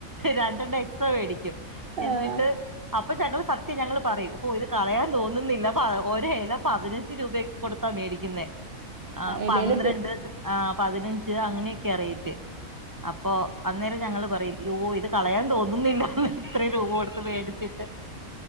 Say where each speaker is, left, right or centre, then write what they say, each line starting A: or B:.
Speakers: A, on the right; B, on the right.
A: രണ്ടെണ്ണം എക്സ്ട്രാ വേ ടിക്കും എന്നിട്ട്
B: ആഹ്
A: അപ്പൊ ഞങ്ങൾ സത്യം ഞങ്ങൾ പറയൂ ഇത് കളയാൻ തോന്നുന്നില്ല ഒരല പതിനഞ്ച് രൂപക്ക കൊടുത്താ മേടിക്കുന്നേ ആഹ്
B: എലേല്
A: പന്ത്രണ്ട്
B: തി
A: ആഹ് പതിനഞ്ച് അങ്ങനെയൊക്കെയറി അപ്പൊ അന്നേരം ഞങ്ങള് പറയും യോ ഇത് കളയാൻ തോന്നുന്നില്ല എത്ര രൂപ കൊടുത്ത് മേടിച്ചിട്ട്